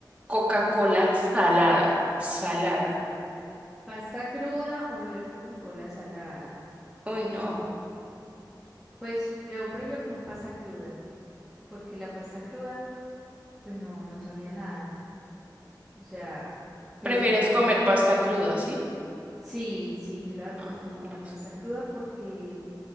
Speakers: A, on the right; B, in the centre.
A: Coca-Cola salada? Salada.
B: ¿Pasta cruda o beber Coca-Cola salada?
A: Uy, no.
B: Pues yo prefiero comer pasta cruda, porque la pasta cruda, pues no, no sabía nada. O sea, pero
A: ¿Prefieres
B: uno,
A: comer
B: un-
A: pasta cruda, sí?
B: sí, sí, yo la verdad
A: Ángeles.
B: prefiero comer pasta cruda porque